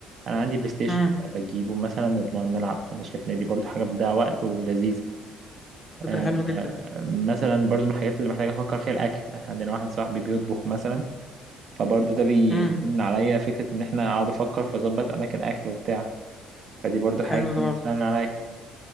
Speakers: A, on the right; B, on the left.
A: انا عندي بلاي ستيشن
B: امم
A: بجيبه مثلا وبنقعد نلعب فانا شايف ان دي برضو حاجه بتضيع وقت ولذيذه
B: فكره
A: آه،
B: حلوه جدا
A: مثلا برضو من الحاجات اللي محتاجه افكر فيها الاكل احنا عندنا واحد صاحبي بيطبخ مثلا فبرضو ده بيمنع
B: امم
A: عليا فكره ان احنا اقعد افكر فاظبط اماكن اكل وبتاع فدي برضو حاجه
B: حلو ده
A: بتسهل
B: برضه
A: عليا